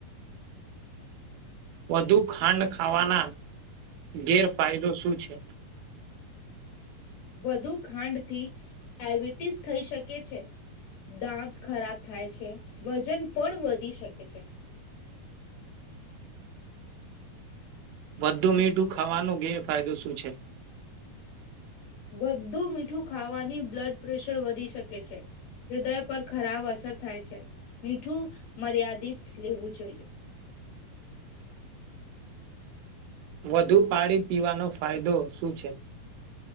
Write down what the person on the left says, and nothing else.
વધુ ખાંડથી ડાયબિટીસ થઈ શકે છે. દાંત ખરાબ થાય છે. વજન પણ વધી શકે છે.
વધુ મીઠું ખાવાની બ્લડ પ્રેશર વધી શકે છે. હૃદય પર ખરાબ અસર થાય છે. મીઠું મર્યાદિત લેવું જોઈએ.